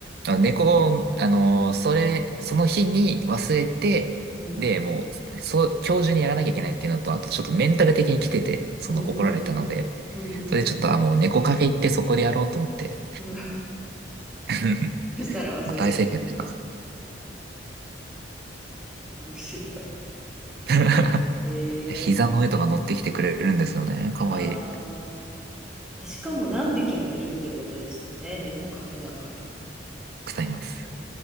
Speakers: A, on the right; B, in the centre.
A: あ、ああ猫、あの、それ、その日に忘れて、
B: うん、
A: で、もう、そう、今日中にやらなきゃいけないっていうのと、あとちょっとメンタル的に来てて、その怒られたので、
B: うん、うん、うん、うん。
A: それでちょっと、
B: うん
A: あ、もう猫カフェ行ってそこでやろうと思って、
B: <laughs>
A: <laughs>
B: そしたら忘れちゃっ
A: まあ大正解でした。
B: た。面白
A: <laughs>
B: い。えー、
A: 膝の上とか乗ってきてくれるんですよね。かわいい。
B: あ
A: た
B: ーえ、しかも何匹もいるっていうことですよね。猫カフェだから。
A: くさんいます。